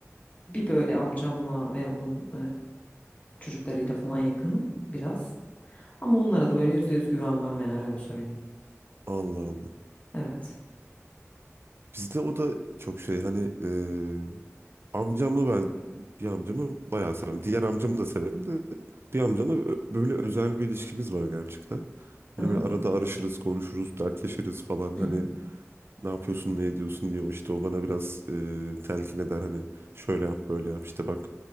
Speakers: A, on the left (about 30°); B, on the right (about 50°).
A: bir böyle amcamla ve onun e, çocuklarıyla falan yakınım biraz. Ama onlara da böyle yüzde yüz güvenmem yani öyle söyleyeyim.
B: Allah Allah.
A: Evet.
B: Bizde o da çok şey hani eee amcamla ben bir amcamı bayağı severim. Diğer amcamı da severim de bir amcamla ö- böyle özel bir ilişkimiz var gerçekten.
A: Hı
B: Hani
A: hı.
B: böyle arada arışırız, konuşuruz, dertleşiriz falan
A: Hı
B: hani
A: hı. <laughs>
B: ne yapıyorsun, ne ediyorsun diye o işte o bana biraz eee, telkin eder hani şöyle yap, böyle yap işte bak